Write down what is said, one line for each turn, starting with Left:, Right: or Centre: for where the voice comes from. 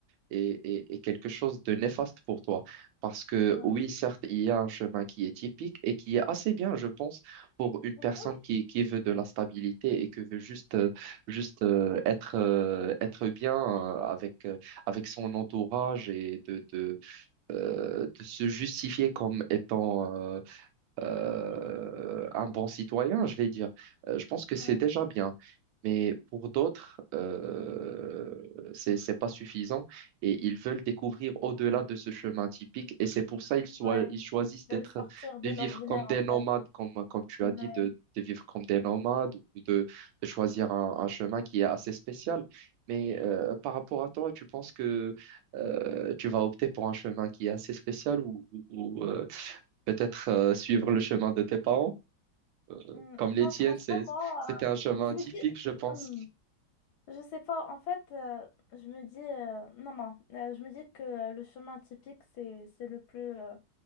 Right: est, est- est quelque chose de néfaste pour toi. Parce que
Left: ouais.
Right: oui, certes, il y a un chemin qui est typique et qui est assez bien, je pense, pour une personne
Left: Oui, oui,
Right: qui, qui veut de la stabilité et qui veut juste, euh, juste euh, être, euh, être bien euh, avec, euh, avec son entourage et de, de, euh, de se justifier comme étant... euh, euh, un bon citoyen, je vais dire. Euh, je pense que c'est
Left: ouais,
Right: déjà bien. Mais pour d'autres, euh, c'est, c'est pas suffisant et ils veulent découvrir au-delà de ce chemin typique et c'est pour ça ils, soi-
Left: ouais.
Right: ils choisissent d'être,
Left: De le sortir de
Right: de vivre
Left: l'ordinaire,
Right: comme des
Left: en
Right: nomades,
Left: fait.
Right: comme, comme tu
Left: Ouais.
Right: as dit, de, de vivre comme des nomades ou de, de choisir un, un chemin qui est assez spécial. Mais euh, par rapport à toi, tu penses que euh, tu vas opter pour un chemin qui est assez spécial ou, ou, peut-être euh, suivre le chemin de tes parents, euh,
Left: Mm,
Right: comme les
Left: Non,
Right: tiennes,
Left: franchement,
Right: c'est,
Left: moi,
Right: c'était un chemin
Left: euh, je me
Right: typique,
Left: dis,
Right: je pense.
Left: Hmm, je sais pas, en fait, euh, je me dis, euh, non, non, euh, je me dis que euh, le chemin typique, c'est, c'est le plus, euh,